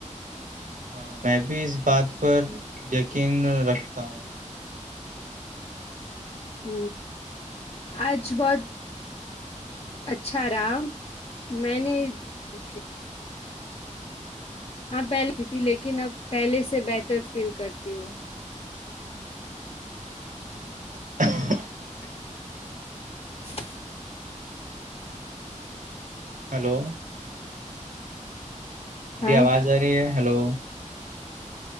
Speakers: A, on the right; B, on the left.
A: ہاں میں بھی اس بات پر یقین رکھتا ہوں
B: ہ آج بہت اچھا رہا میں نے ا ہاں پہلتی تھی لیکن اب پہلے سے بہتر فیل کرتی ہوں <unintelligible>
A: <unintelligible>
B: <unintelligible>
A: ہیلو میری
B: ہاں
A: آواز آ رہی ہے ہلو